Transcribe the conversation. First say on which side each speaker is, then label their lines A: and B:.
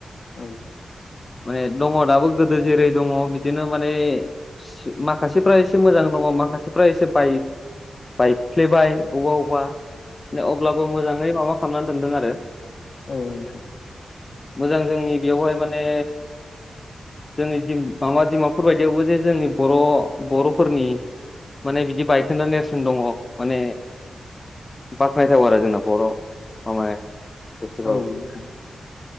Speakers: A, on the left; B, on the left.
A: औ।
B: माने दङ दाबो गोदो जेरै दङ बिदिनो माने सियो माखासेफ्रा एसे मोजां दङ माखासेफ्रा एसे बाइ बायफ्लेबाय औबा औबा अब्लाबो मोजाङै माबा खालामनानै दोनदों आरो।
A: औ नोंथां।
B: मोजां जोंनि बेयावहाय माने जोंनि दिम माबा धिमापुर बायदियावबो जे जोंनि बर' बर'फोरनि माने बिदि बायखोन्दा नेरसोन दङ माने बाख्नायथाव आरो जोंना बर' मामाय एसेबाव
A: औ नोंथां